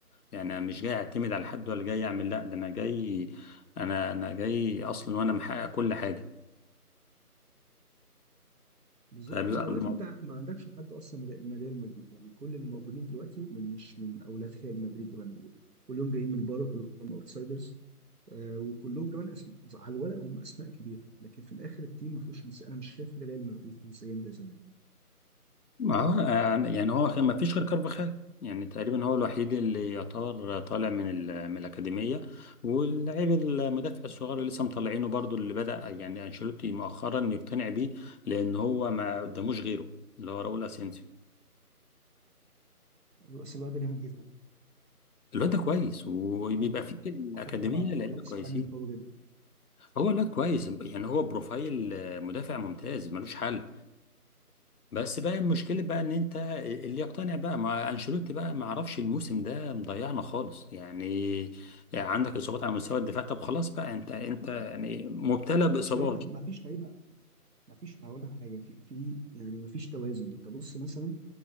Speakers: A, on the left; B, on the right.
A: يعني انا مش جاي اعتمد على حد ولا جاي اعمل لا ده انا جاي انا انا جاي اصلا وانا محقق كل حاجه
B: بالظبط
A: فبيبقى
B: انت دلوقتي
A: الموضوع
B: انت ما عندكش حد اصلا من من ريال مدريد يعني كل اللي موجودين دلوقتي من مش من اولاد ريال مدريد زي ما بنقول كلهم جايين من بره كلهم اوتسايدرز آه وكلهم كمان اسماء على الورق هم اسماء كبيره لكن في الاخر التيم ما فيهوش نس- انا مش شايف ان ريال مدريد فيه نسيان زي زمان
A: ما هو آه، يعني هو ما فيش غير كارفاخال يعني تقريبا هو الوحيد اللي يعتبر طالع من ال- من الأكاديمية واللاعب المدافع الصغير اللي لسه مطلعينه برضو اللي بدأ يعني أنشيلوتي مؤخرا يقتنع بيه لأن هو ما قداموش غيره اللي هو راؤول أسينسيو
B: بس الواد ده جامد جدا
A: الواد ده كويس وبيبقى
B: وحتى
A: فيه في الأكاديمية
B: وحتى مع منتخب
A: لعيبة
B: اسبانيا
A: كويسين
B: قوي جدا
A: هو الواد كويس يعني هو بروفايل آه، مدافع ممتاز ملوش حل بس بقى المشكلة بقى ان انت اللي يقتنع بقى مع انشيلوتي بقى ما اعرفش الموسم ده مضيعنا خالص يعني عندك اصابات على مستوى الدفاع طب خلاص بقى انت انت يعني مبتلى باصابات
B: مفيش لعيبه مفيش لعيبه مفيش هقول لك على حاجه في في يعني مفيش توازن انت بص مثلا